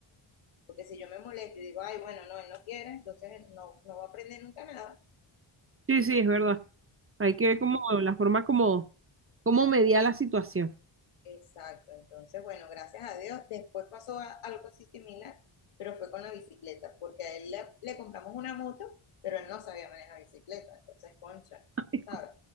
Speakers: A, on the left; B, on the right.
A: Porque si yo me molesto y digo, ay, bueno, no, él no quiere, entonces no, no va a aprender nunca nada.
B: Sí, sí, es verdad. Hay que ver como la forma como, como mediar la situación.
A: Exacto, entonces, bueno, gracias a Dios. Después pasó a- algo así similar, pero fue con la bicicleta, porque a él le, le compramos una moto, pero él no sabía manejar bicicleta, entonces, concha,
B: <laughs> Ay,
A: ¿sabes?